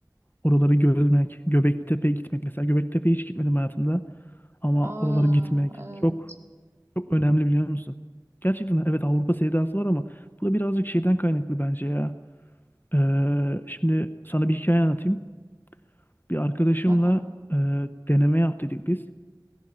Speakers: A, on the left (about 25°); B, on the right (about 35°).
A: Oraları görmek, Göbeklitepe'ye gitmek mesela. Göbeklitepe'ye hiç gitmedim hayatımda ama
B: Aa
A: oralara gitmek
B: evet.
A: çok çok önemli biliyor musun? Gerçekten evet Avrupa sevdası var ama bu da birazcık şeyden kaynaklı bence ya. Ee, şimdi sana bir hikaye anlatayım. Bir arkadaşımla
B: Haha,
A: e, deneme yaptıydık biz.